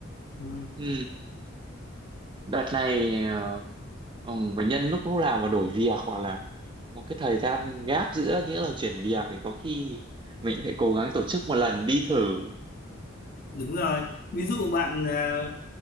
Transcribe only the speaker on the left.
ừ.
Đúng rồi, ví dụ bạn à,